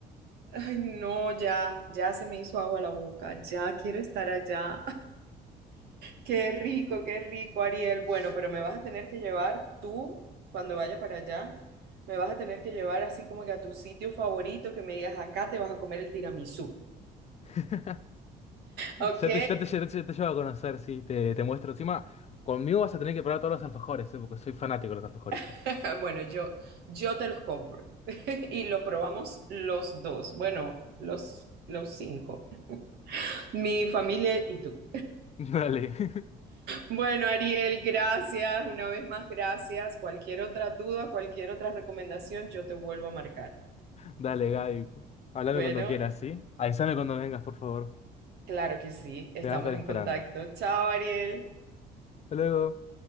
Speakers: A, on the right (about 75°); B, on the left (about 40°).
A: Ay, no, ya, ya se me hizo agua la boca. Ya quiero estar allá. Qué rico, qué rico, Ariel. Bueno, pero me vas a tener que llevar tú, cuando vaya para allá, me vas a tener que llevar así como que a tu sitio favorito, que me digas, acá te vas a comer el tiramisú.
B: <laughs> Ya
A: ¿Ok?
B: te, ya te, ya te- ya te llevo a conocer, sí, te, te muestro. Encima, conmigo vas a tener que probar todos los alfajores, ¿eh? porque soy fanático de los alfajores yo.
A: <laughs> Bueno, yo, yo te los compro <laughs> y los probamos los dos. Bueno, los, los cinco. Mi familia y tú.
B: <laughs> Dale, <laughs>
A: Bueno, Ariel, gracias. Una vez más, gracias. Cualquier otra duda, cualquier otra recomendación, yo te vuelvo a marcar.
B: dale, Gaby. Háblame
A: Bueno.
B: cuando quieras, ¿sí? Avísame cuando vengas, por favor.
A: Claro que sí, estamos
B: Te vas a estar esperando.
A: en contacto. Chao, Ariel.
B: Hasta luego.